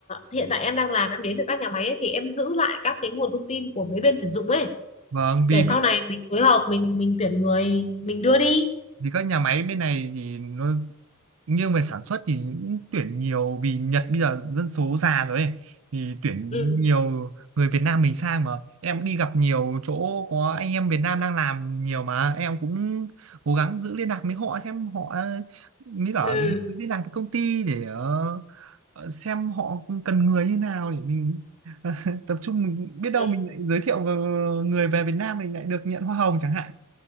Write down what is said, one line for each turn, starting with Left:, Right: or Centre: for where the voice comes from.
Left: hiện tại em đang làm em đến được các nhà máy ấy, thì em giữ lại các cái nguồn thông tin của mấy bên tuyển dụng ấy
Right: vâng vì
Left: để sau
Right: các-
Left: này mình phối hợp mình mình tuyển người mình đưa đi
Right: vì các nhà máy bên này thì nó nghiêng về sản xuất thì cũng tuyển nhiều vì Nhật bây giờ dân số già rồi ấy, thì tuyển
Left: ừ
Right: nhiều người Việt Nam mình sang mà em đi gặp nhiều chỗ có anh em Việt Nam đang làm nhiều mà em cũng cố gắng giữ liên lạc với họ xem họ mới cả
Left: ừ
Right: đi làm cái công ty để ờ, ờ, xem họ cần người như nào để mình <laughs> tập trung mình biết đâu
Left: đấy
Right: mình lại giới thiệu vào người về Việt Nam mình lại được nhận hoa hồng chẳng hạn